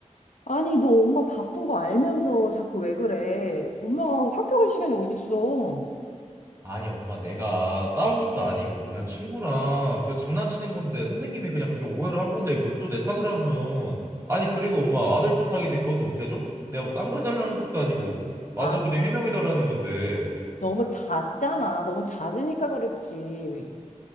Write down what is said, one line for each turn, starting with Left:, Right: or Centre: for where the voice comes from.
Left: 아니 너 엄마 바쁜 거 알면서 자꾸 왜 그래? 엄마가 학교 갈 시간이 어딨어?
Right: 아니 엄마 내가 싸운 것도 아니고 그냥 친구랑 그냥 장난치는 건데 선생님이 그냥 그렇게 오해를 한 건데 그걸 또 내 탓을 하면 아니 그리고 엄마 아들 부탁인데 그것도 못 해줘? 내가 뭐 딴 거 해달라는 것도 아니고 와서
Left: 아
Right: 그냥 해명해달라는 건데
Left: 너무 잦잖아. 너무 잦으니까 그렇지.